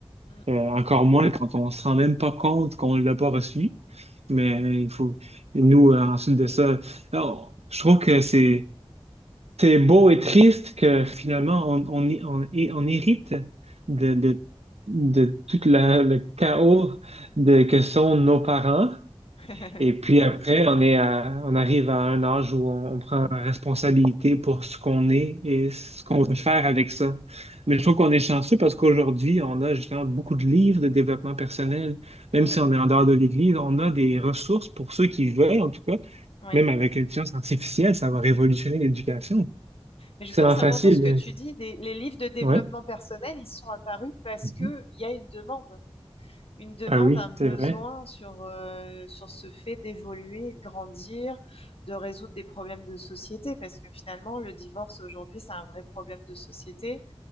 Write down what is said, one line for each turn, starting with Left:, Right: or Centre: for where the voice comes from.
Left: Mm.
Right: euh, encore moins quand on se rend même pas compte qu'on l'a pas reçu. Mais il faut, nous, euh, ensuite de ça, alors, je trouve que c'est, c'est beau et triste que finalement, on, on, hé- on, hé- on hérite de, de, de tout la- le chaos de, que sont nos parents.
Left: <laughs>
Right: Et puis après, on est à- on arrive à un âge où on, on prend responsabilité pour ce qu'on est et ce qu'on veut faire avec ça. Mais je trouve qu'on est chanceux parce qu'aujourd'hui, on a justement beaucoup de livres de développement personnel. Même
Left: Mm.
Right: si on est en dehors de l'Église, on a des ressources pour ceux qui veulent, en tout cas.
Left: Ouais.
Right: Même avec l'intelligence artificielle, ça va révolutionner l'éducation.
Left: Mais justement,
Right: C'est vraiment
Left: c'est
Right: facile.
Left: important ce que tu dis. des- les livres de développement
Right: Ouais.
Left: personnel, ils sont apparus parce
Right: Mhm.
Left: qu'il y a une demande, une demande,
Right: Ah oui,
Left: un besoin
Right: c'est vrai.
Left: sur, euh, sur ce fait d'évoluer, de grandir, de résoudre des problèmes de société. Parce que finalement, le divorce aujourd'hui, c'est un vrai problème de société.